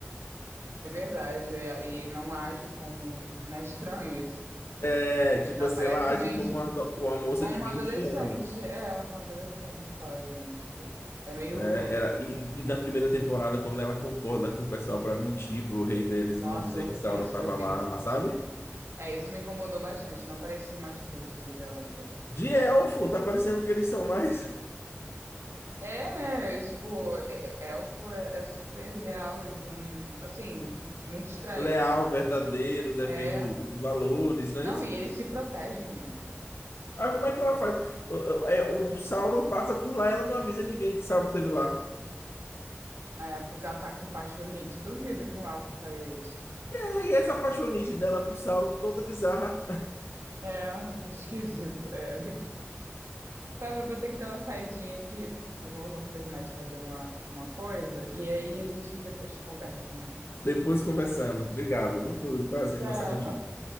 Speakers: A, on the right; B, on the left.
A: É verdade, é, e não age como. Não é estranho isso. Não
B: É,
A: sei.
B: tipo
A: Ela
B: assim,
A: parece
B: ela age
A: uma, ing-
B: como uma, do- uma moça
A: uma
B: de vinte
A: adolescente.
B: anos,
A: É, uma adolescente quase, né? Tipo, é meio.
B: né? Ela, e, e na primeira temporada, quando ela concorda com o pessoal para mentir pro rei deles
A: Nossa,
B: e não dizer
A: hor-
B: que Sauron
A: isso
B: tava
A: foi bem.
B: lá, sabe?
A: É, isso me incomodou bastante. Não parecia uma atitude de Galadriel.
B: De elfo, tá parecendo que eles são mais
A: É, né? Tipo, é- é, elfo é, é super leal. Eles não. Assim, muito
B: <laughs>
A: estranho.
B: leal, verdadeiro, defende
A: É.
B: o- os valores, não
A: Não,
B: é isso?
A: e eles se protegem muito.
B: Ah, como é
A: tipo,
B: que ela faz? O, o- é, o Sauron passa por lá, ela não avisa ninguém que Sauron esteve lá.
A: É, porque ela tá com um paixonite. Duvido que um elfo faria isso.
B: É, e essa apaixonite dela pro Sauron toda bizarra.
A: É esquisito. é. Fábio, eu vou ter que dar uma saidinha aqui. Eu vou terminar de fazer uma, uma coisa. E aí a gente depois conversa mais,
B: <laughs> Depois conversamos. Obrigado,
A: tá bom?
B: viu? Foi um prazer
A: Tchau.
B: conversar contigo.